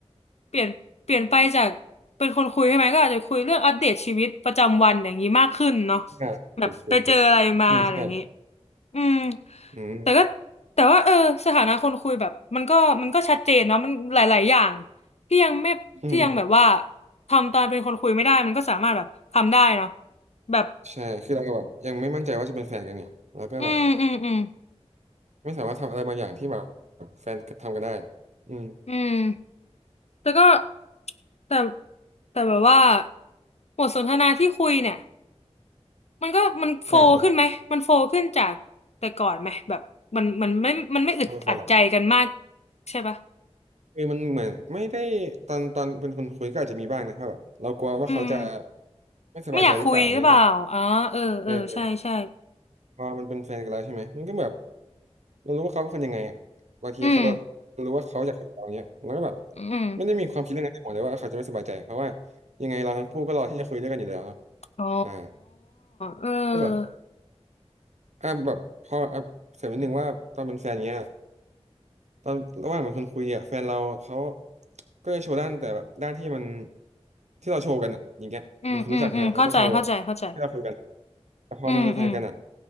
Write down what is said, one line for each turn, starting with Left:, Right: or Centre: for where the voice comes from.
Left: เปลี่ยนเปลี่ยนไปจากเป็นคนคุยใช่ไหมก็อาจจะคุยเรื่องอัปเดตชีวิตประจำวันอย่างนี้มากขึ้นเนาะ
Right: อ่าถูกถูกถูกถูกอืมใช่
Left: แบบไปเจออะไรมาอะไรอย่างนี้อืม
Right: อืม
Left: แต่ก็แต่ว่าเออสถานะคนคุยแบบมันก็มันก็ชัดเจนเนาะมันหลายๆอย่างที่ยังไม่ที่ยังแบบว่า
Right: อืม
Left: ทำตอนเป็นคนคุยไม่ได้มันก็สามารถแบบทำได้เนาะแบบ
Right: ใช่คือเราแบบยังไม่มั่นใจว่าจะเป็นแฟนกันไงแล้วก็แบบ
Left: อืมอืมอืม
Right: ไม่สามารถทำอะไรบางอย่างที่แบบแฟนทำกันได้อืม
Left: อืมแต่ก็แต่แต่แบบว่าบทสนทนาที่คุยเนี่ยมันก็มันโฟลว์ขึ้นไหมมันโฟลว์ขึ้นจากแต่ก่อนไหมแบบมันมันไม่มันไม่อึดอัดใจกันมาก
Right: อ่าอ่าทำเป็นแฟนหรอ
Left: ใช่ปะ
Right: คือมันเหมือนไม่ได้ตอนตอนเป็นคนคุยก็อาจจะมีบ้างนะว่าแบบเรากลัวว่าเขาจะ
Left: อืม
Right: ไม่สบายใจหรือเปล่าอย่างเงี้ยแต่แบบ
Left: ไม่อยากคุยหรือเปล่าอ๋อเออเออใช่ใช่
Right: เออเออพอมันเป็นแฟนกันแล้วใช่ไหมมันก็แบบ เรารู้ว่าเขาเป็นคนยังไงอ่ะบางทีเขาเราเรารู้ว่าเขาอยากคุยกับเราเนี้ยเราก็แบบ
Left: อืมอืม
Right: ไม่ได้มีความคิดเรื่องนั้นในหัวเลยว่าเขาจะไม่สบายใจเพราะว่ายังไงเราทั้งคู่ก็รอที่จะคุยด้วยกันอยู่แล้วเนาะ
Left: อ๋อ
Right: อ่า
Left: เออ
Right: ก็แบบอ่ะแบบพออ่ะเสริมนิดนึงว่าตอนเป็นแฟนเงี้ยตอนระหว่างเป็นคนคุยอ่ะแฟนเราเขาก็จะโชว์ด้านแต่แบบด้านที่มันที่เราโชว์กันอะอย่างเงี้ยเป็นคนรู้จักใช่ไหมเราก็โชว์แบบที่เราคุยกัน
Left: อืมอืมอืมเข้าใจเข้าใจเข้าใจ
Right: แต่พอมันเป็นแฟนกันอ่ะ
Left: อืมอืม